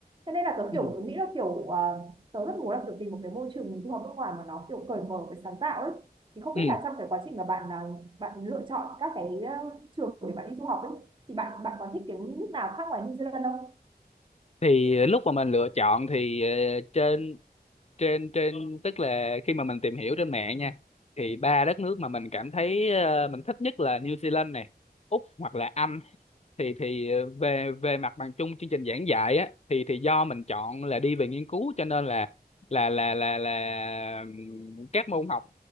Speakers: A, on the right (about 30°); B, on the left (about 40°).
A: thế nên là tớ
B: ừ,
A: kiểu tớ nghĩ là kiểu à, tớ rất muốn là kiểu tìm một cái môi trường du học nước ngoài mà nó kiểu cởi mở với sáng tạo ấy thì không
B: ừ.
A: biết là trong cái quá trình mà bạn à, bạn lựa chọn các cái à, trường để bạn đi du học ấy thì bạn bạn có thích cái nước nào khác ngoài New Zealand không
B: thì lúc mà mình lựa chọn thì ờ, trên trên trên tức là khi mà mình tìm hiểu trên mạng nha thì ba đất nước mà mình cảm thấy ờ, mình thích nhất là New Zealand này Úc hoặc là Anh thì thì ờ, về về mặt bằng chung chương trình giảng dạy á thì thì do mình chọn là đi về nghiên cứu cho nên là là là là là ừm, các môn học